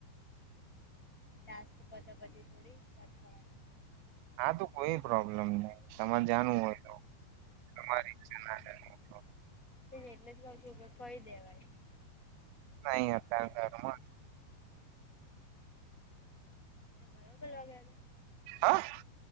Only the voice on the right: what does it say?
હા તો કોઈ પ્રોબ્લેમ નઈ તમારે જાણું હોય તો તમારી ઈચ્છા.
નહી અતાર ધરમાં
હા.